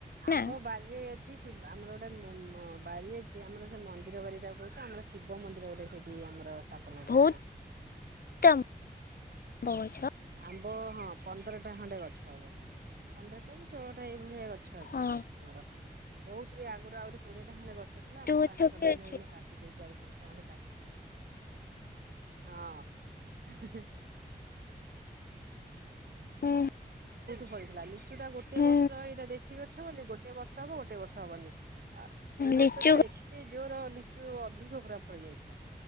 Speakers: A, on the right; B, on the left.
A: ଆମ୍ବ
B: ନା
A: ବାରିରେ ଅଛି। ଆମର ଗୋଟେ ବ ମା ବାରି ଅଛି, ଆମର ସେ ମନ୍ଦିର ବାରି ଟା ହଉଛି ଆମର ଶିବ ମନ୍ଦିର ଗୋଟେ ସେଇଠି ଆମର। ଥାପନା କରିଛୁ।
B: ବହୁତ ଆମ୍ବ ଗଛ
A: ଆମ୍ବ ହଁ ପନ୍ଦରଟା ଖଣ୍ଡେ ଗଛ ହବ ପନ୍ଦରଟା କି ଷୋହଳଟା ଏଇଭଳିଆ ଗଛ ଅଛି
B: ହଁ
A: ଆମର। ବହୁତ ବି ଆଗରୁ ଆହୁରି। କୋଡିଏଟା ଖଣ୍ଡେ ଗଛ ଆମେ
B: ଲିଚୁ ଗଛ
A: ପାଞ୍ଚଛଟା
B: ବି
A: ଖଣ୍ଡେ
B: ଅଛି
A: ଏଇେନେ କାଟିଦେଇଛୁ। ପାଞ୍ଚଟା ଖଣ୍ଡେ କାଟିଦେଇଛୁ, ହଁ ହିଁ ହିଁ ହିଁ।
B: ହୁଁ
A: ପଡି ଥିଲା। ଲିଚୁ ଟା ଗୋଟେ
B: ହୁଁ
A: ବର୍ଷ ଏଇଟା ଦେଶୀ ଗଛ ବୋଲି ଗୋଟେ ବର୍ଷ ହବ ଗୋଟେ ବର୍ଷ ହବନି ଆ ଏ ବର୍ଷ
B: ଲିଚୁ
A: ପୁରା ଏତେ ଜୋର ଲିଚୁ ଅଧିକ ପୁରା। ଖଳି ଯାଇଥିଲା।